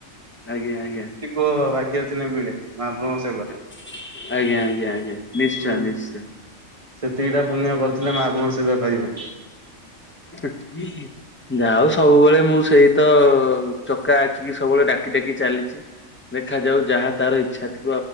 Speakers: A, on the left; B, on the right.
A: ଆଜ୍ଞା ଆଜ୍ଞା।
B: ଥିବ ଭାଗ୍ୟ ଥିଲେ ମିଳେ ମାହାପ୍ର
A: ଆଜ୍ଞା ଆଜ୍ଞା ଆଜ୍ଞା ନିଶ୍ଚୟ
B: ହୁଁ
A: ନିଶ୍ଚୟ।
B: ସେତିକିଟା ପୁଣ୍ୟ କରିଥିଲେ ମା ଆପଣଙ୍କ ସେବା ପାଇବେ।
A: <inaudible> ଯାଉ ସବୁବେଳେ ମୁଁ ସେଇତ ଚକା ଆଖିକି ସବୁବେଳେ ଡାକି ଡାକି ଚାଲିଚି। ଦେଖାଯାଉ ଯାହା ତାର ଇଚ୍ଛା ଥି